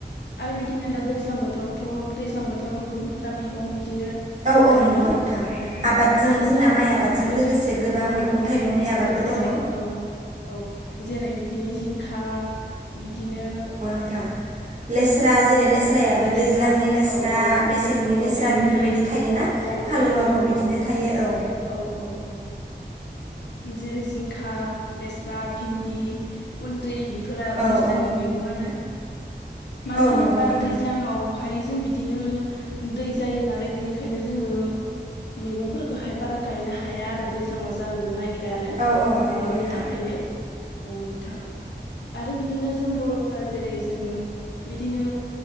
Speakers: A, on the left; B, on the right.
A: आरो बिदिनो दा दैज्लां बोथोरावथ' दैज्लां बोथोरावबो बुहुतथा मैगं बि बिदिनो
B: औ औ
A: गायो
B: नंगौ नोंथां
A: औ
B: आबादजों
A: बेनो
B: जोंना
A: जाबाय
B: माइ
A: मान आबादजों
B: लोगोसे गोबां
A: औ
B: मैगं
A: माइ
B: थाइगंनि
A: आबाद जों
B: आबादबो
A: लोगोसे
B: दङ
A: औ औ जेरै बिदिनो जिंखा बि दिनो
B: नोथां लेस्रा जेरै लेस्रायाबो
A: लेस्रा
B: दैज्लांनि लेस्रा
A: औ औ
B: मेसेंनि
A: औ
B: लेस्रा
A: भिन्दि
B: बेफोरबायदि थायोना
A: औ थायो
B: फालौआबो
A: औ -औ
B: बिदिनो थायो औ
A: -औ -औ -औ जेरै जिंखा, लेस्रा, भिन्दि, खुनद्रि
B: औ
A: दैज्लांनि
B: औ
A: मैं आरो मानो
B: औ
A: होनोबा
B: नंगौ नोंथां
A: दैज्लांआवहाय जों बिदि बिदिनो दै जायो नालाय बिनिखायनो जोङो मैगंफोरखौहाय बारा गायनो हाया आरो दैज्लांआव जानो नायगिरा आरो
B: औ औ नंगौ
A: दैनि
B: नोंथां
A: थाखायनो औ नोंथां आरो बिदिनो जों बर'फ्रा जेरै जोङो बिदिनो